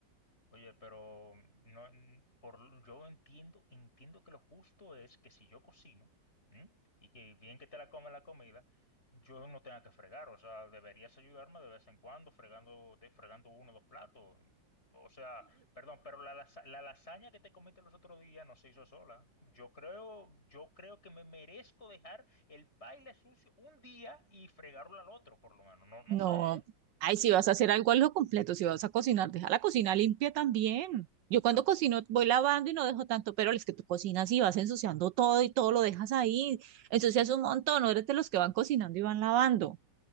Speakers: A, on the left; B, on the right.
A: Oye, pero no, n- por, l- yo entiendo, entiendo que lo justo es que si yo cocino, ¿m? y que bien que te la come la comida, yo no tenga que fregar. O sea, deberías ayudarme de vez en cuando fregando, de, fregando uno o dos platos. O sea, perdón, pero la, lasa- la lasaña que te comiste los otros días no se hizo sola. Yo creo, yo creo que me merezco dejar el paila sucio un día y fregarlo al otro, por lo menos. No, no
B: No,
A: sé, ¿eh?
B: ay, si vas a hacer algo, lo completo. Si vas a cocinar, deja la cocina limpia también. Yo cuando
A: Ah, pe-
B: cocino voy lavando y no dejo tanto, pero es que tú cocinas y vas ensuciando todo y todo lo dejas ahí. Ensucias un montón, no eres de los que van cocinando y van lavando.